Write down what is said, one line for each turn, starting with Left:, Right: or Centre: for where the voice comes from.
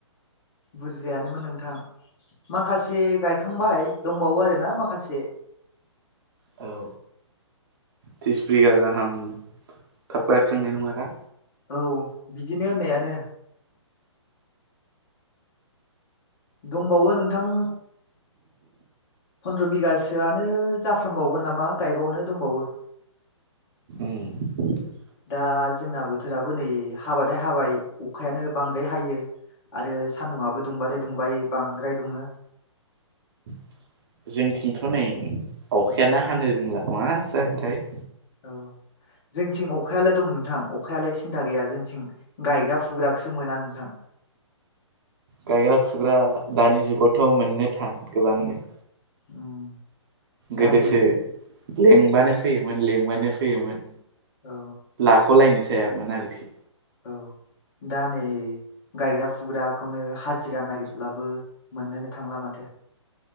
Left: बुजिजायानोमोन नोंथां माखासे गायखांबाय दंबावो आरोना माखासे
Right: औ थ्रिस बिगा गाहाम थाब गायखांनाय नङा दां
Left: औ बिदिनो होननायानो दंबावो नोंथां फन्द्र' बिगासोआनो जाफ्रामबावगोन नामा गायबावनो दंबावो।
Right: <unintelligible>
Left: दा जोंना बोथोराबो नै हाबाथाय हाबाय अखायानो बांद्राय हायो। आरो सान्दुआबो दुंबाथाय दुंबाय बांद्राय दुङो।
Right: <inaudible> जोंथिंथ' नै अखायानो हानो रोंला मा जाखोथाय।
Left: औ जोंथिं अखायालाय दं नोंथां अखायालाय सिन्था गैया जोंथिं गायग्रा फुग्राखौसो मोना नोंथां।
Right: गायग्रा फुग्रा दानि जुगावथ' मोननो थान गोबांनो।
Left: उम दा
Right: गोदोसो
Left: नै
Right: लेंबानो फैयोमोन लेंबानो फैयोमोन।
Left: औ
Right: लाख'लायनो जायामोन आरोखि।
Left: औ दा नै गायग्रा फुग्राखौनो हाजिरा नागिरब्लाबो मोननोनो थांला माथो।